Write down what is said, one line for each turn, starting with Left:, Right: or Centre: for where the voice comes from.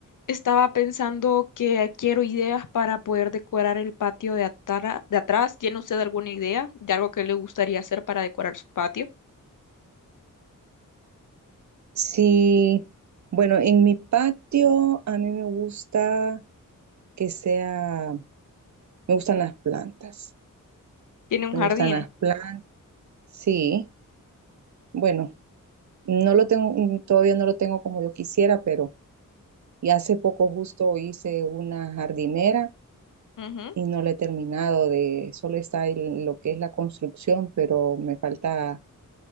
Left: Estaba pensando que quiero ideas para poder decorar el patio de, atara- de atrás. ¿Tiene usted alguna idea de algo que le gustaría hacer para decorar su patio?
Right: Sí, bueno, en mi patio a mí me gusta que sea, me gustan las plantas,
Left: Tiene un
Right: me
Left: jardín.
Right: gustan las plantas, sí, bueno, no lo tengo, mm, todavía no lo tengo como yo quisiera, pero y hace poco justo hice una jardinera
Left: Ujú,
Right: y no la he terminado de, solo está ahí lo que es la construcción, pero me falta